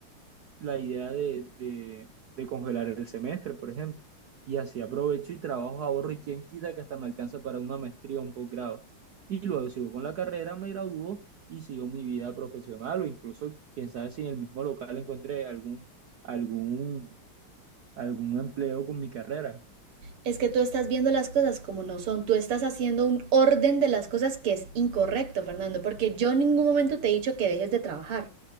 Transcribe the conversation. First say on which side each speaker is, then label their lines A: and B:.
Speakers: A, on the right; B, on the right.
A: la idea de, de- de congelar el semestre, por ejemplo. Y así aprovecho y trabajo, ahorro y quién quita que hasta me alcanza para una maestría o un posgrado. Y luego sigo con la carrera, me gradúo y sigo mi vida profesional o incluso, quién sabe si en el mismo local encuentre algún, algún, algún empleo con mi carrera.
B: Es que tú estás viendo las cosas como no son, tú estás haciendo un orden de las cosas que es incorrecto, Fernando, porque yo en ningún momento te he dicho que dejes de trabajar.